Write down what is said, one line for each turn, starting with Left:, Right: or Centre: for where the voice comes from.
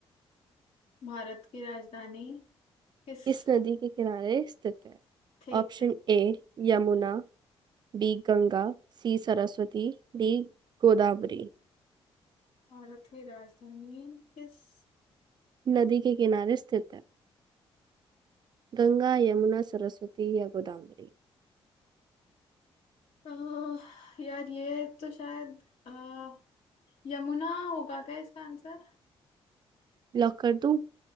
Left: भारत की राजधानी किस
Right: किस नदी के किनारे स्थित है
Left: ठीक
Right: Option
Left: है
Right: A Yamuna B Ganga C Saraswati D Godavari
Left: भारत की राजधानी किस
Right: नदी के किनारे स्थित है गंगा यमुना सरस्वती या गोदावरी
Left: अह, यार ये तो शायद अह, यमुना होगा क्या इसका आंसर
Right: लॉक कर दूं